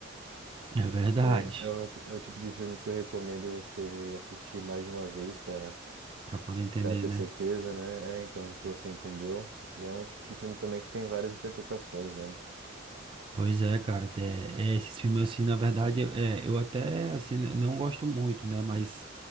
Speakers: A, on the right; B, on the right.
A: É verdade.
B: É, é o, é o tipo de filme que eu recomendo você assistir mais de uma vez para
A: Para poder entender,
B: Pra ter
A: né?
B: certeza, né? É, então, o que você entendeu. E é um tipo de filme também que tem várias interpretações, né?
A: Pois é, cara, é, é, esses filmes assim, na verdade, é, eu até assim n- não gosto muito, né? Mas